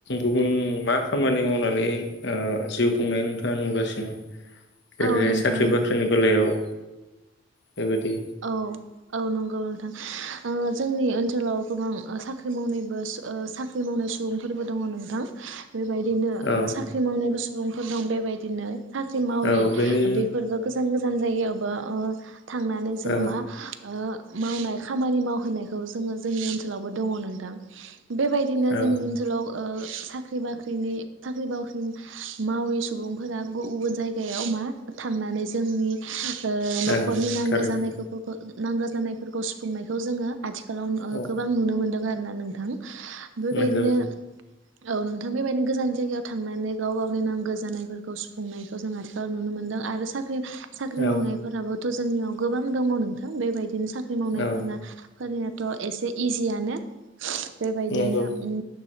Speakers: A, on the left; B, on the right.
A: गुबुन मा खामानि मावनानै अ जिउ खुंनाय नोंथाङा नुगासिनो। जेरैहाय
B: औ नोंथां
A: साख्रि बाख्रिनि बेलायाव बेबायदि
B: औ औ नंगौ नोंथां ओ। जोंनि ओनसोलाव गोबां आ साख्रि मावनायबो साख्रि मावनाय सुबुंफोरबो दङ नोंथां बेबायदिनो
A: औ
B: आ साख्रि मावनायबो सु रुमफोर दं बेबायदिनो साख्रि मावि
A: औ बेनि
B: बेफोरबो गोस गोजान गोजान जायगायावबो आ थांनानै। जेनेबा
A: औ
B: अ मावनाय खामानि मावहोनायखौ जोङो जोंनि ओनसोलावबो दङ नोंथां। बेबायदिनो
A: औ
B: जोंनि ओनसोलाव। अ साख्रि बाख्रिनि साख्रि बाख्रि मावि सुबुंफोरा गुब गुबुन जायगायाव मा थांनानै जोंनि ओ न'खरनि
A: औ
B: नांगौ
A: थारैनो
B: जानायखो नांगौ जानायफोरखौ सुफुंनायखौ जोङो आथिखालाव
A: औ
B: गोबां ओ नुनो मोन्दों आरो ना नोंथां बेबायदिनो
A: नंगौ
B: औ नोंथां बेबायदिनो गोजान जायगायाव थांनानै गाव गावनि नांगौ जानायफोरखौ सुफुंनायखौ जों आथिखालाव नुनो मोनदों आरो सा साख्रि साख्रि
A: औ
B: मावनायफोराबो थ' जोंनियाव गोबां दङ नोंथां बेबायदि नो साख्रि मावनायफोरना
A: औ
B: फोरनिया थ' एसे इजियानो बेबायदिनो
A: नंगौ
B: उम